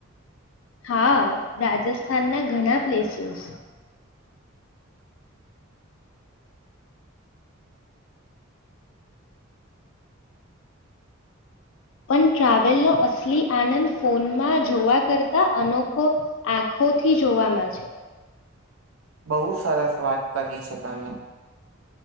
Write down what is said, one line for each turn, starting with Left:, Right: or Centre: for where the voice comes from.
Left: હા રાજસ્થાન ના ઘણા પ્લેસીસ પણ ટ્રાવેલનો અસલી આનંદ ફોનમાં જોવા કરતા અનોખો આંખોથી જોવામાં છે
Right: બહુ સરસ વાત કરી છે તમે